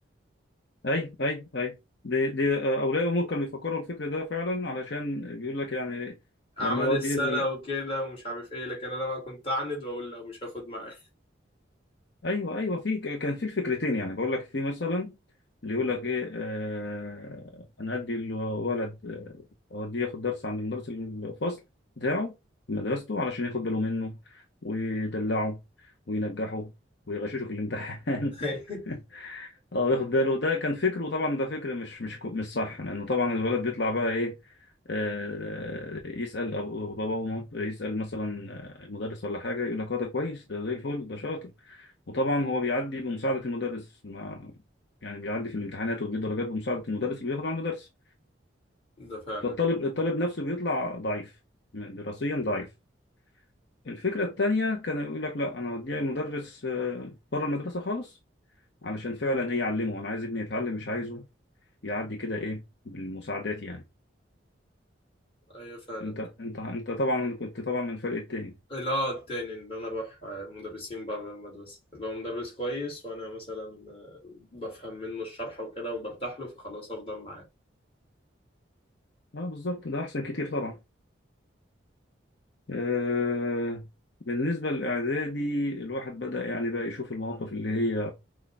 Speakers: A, on the left; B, on the left.
A: أي أي أي دي دي آه، أولياء أمور كانوا بيفكروا الفكر ده فعلا علشان بيقول لك يعني
B: اعمال
A: لما أودي
B: السنة
A: ابني
B: وكده ومش عارف ايه لكن انا بقى كنت اعند واقول لا مش هاخد معاك
A: ايوه ايوه في ك- كان في الفكرتين يعني بقول لك في مثلا اللي يقول لك ايه آه انا ادي الولد آه، اوديه ياخد درس عند مدرس الفصل بتاعه في مدرسته علشان ياخد باله منه ويدلعه وينجحه ويغششه في الامتحان
B: <laughs>
A: <laughs> اه ياخد باله ده كان فكر وطبعا ده فكر مش مش كو- مش صح لانه طبعا الولد بيطلع بقى ايه آه يسال أبو- باباه ومامته- يسال مثلا آه، المدرس ولا حاجه يقول لك اه ده كويس ده زي الفل ده شاطر وطبعا هو بيعدي بمساعده المدرس مع يعني بيعدي في الامتحانات وبيجيب درجات بمساعده المدرس اللي بياخد عند درس
B: ده فعلا
A: فالطالب الطالب نفسه بيطلع ضعيف دراسيا ضعيف الفكره التانيه كان يقول لك لا انا هوديه المدرس آه، بره المدرسه خالص علشان فعلا ايه يعلمه انا عايز ابني يتعلم مش عايزه يعدي كده ايه بالمساعدات يعني
B: ايوه فعلا
A: انت انت انت طبعا كنت طبعا من الفريق التاني
B: اللي هو التاني اللي انا بروح آه، مدرسين بره المدرسة اللي هو مدرس كويس وانا مثلا آه، بفهم منه الشرح وكده وبرتاح له فخلاص افضل معاه
A: اه بالظبط ده احسن كتير طبعا آه بالنسبة للإعدادي الواحد بدأ يعني بقى يشوف المواقف اللي هي